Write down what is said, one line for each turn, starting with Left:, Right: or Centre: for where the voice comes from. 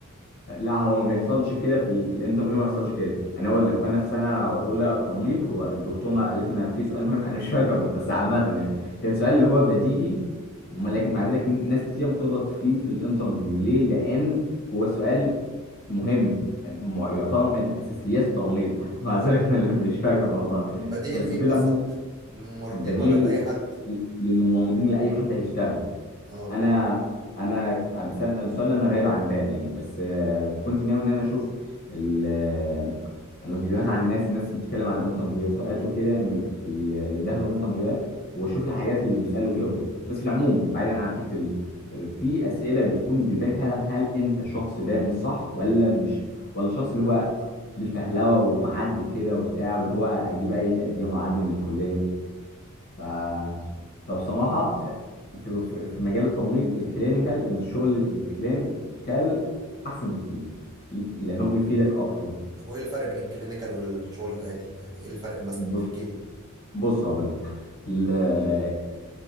Left: لا هو ما بيحصلش كده في, ال... في الانترفيو ما بيحصلش كده انا اقول لك وانا في سنه اولى تمريض هو الدكتوره قالت لنا في سؤال مهم انا مش فاكره بس عامه يعني كان سؤال اللي هو بديهي وما لكن مع ذلك ناس كتير بتغلط فيه في الانترفيو ليه لان هو سؤال مهم م- يعتبر من اساسيات التمريض <laughs> مع ذلك
Right: طب
Left: انا اللي مش فاكر والله
Right: بديه
Left: بس
Right: لمين
Left: في العموم
Right: بالظبط للممرضين
Left: بديهي
Right: ولا لأي حد
Left: للممرضين لاي حد هيشتغل
Right: اه
Left: انا انا بسأل السؤال انا غايب عن بالي يعني بس آه، كنت ناوي ان انا اشوف ال- آه، الفيديوهات عن الناس الناس اللي بتتكلم عن الانترفيوهات وكده يعني اللي داخله في الانترفيوهات واشوف الحاجات اللي بيسالوا فيها وكده بس في العموم بعيدا عن الحته دي آه، في اسئله بتكون بتبين فعلا هل انت شخص دارس صح ولا مش ولا الشخص اللي هو بالفهلوه ومعدي كده وبتاع واللي هو اجيب اي تقدير واعدي من الكليه ف... فبصراحة في, في في مجال التمريض الكلينيكال الشغل الكلينيكال أحسن بكتير لأن هو بيفيدك أكتر
Right: طب وايه الفرق بين الكلينيكال والشغل العادي يعني ايه الفرق مثلا
Left: بص
Right: نحكي لي
Left: بص هقول لك